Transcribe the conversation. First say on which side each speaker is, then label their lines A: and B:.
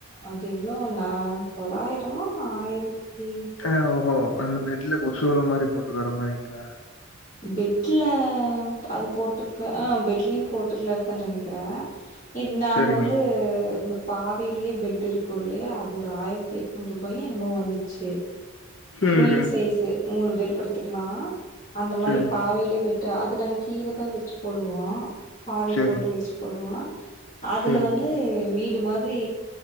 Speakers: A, on the left; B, on the left.
A: அது எவ்ளோனா தொள்ளாயிரமோ ஆயிரத் தி
B: ஆ ஓஹோ அந்த பெட்ல கொசுவல மாரி போட்டு வர மாரிங்ளா
A: பெட்ல அது போட் டுக்க ஆ பெட்லயு போட்டுக்கலன்னுதா நெனைக்கிறே இது நாங்க
B: சரிங்க.
A: வந்து இந்த பாவையிலயே பெட் இருக்கு இல்லயா அது ஒரு ஆயிரத்தி எட்நூறு ரூபாயோ என்னமோ வந்துச்சு
B: சரிங்க.
A: குயின் சைஸ்ஸு மூணு பேர் படுத்துக்கலா அந்த மாரி
B: சரி,
A: பாவையிலே பெட்டு அது நாங்க கீழ தா விரிச்சு போடுவோ பாவை
B: சரி,
A: போட்டு விரிச்சு போடுவோ அதுல
B: சரி.
A: வந்து வீடு மாரி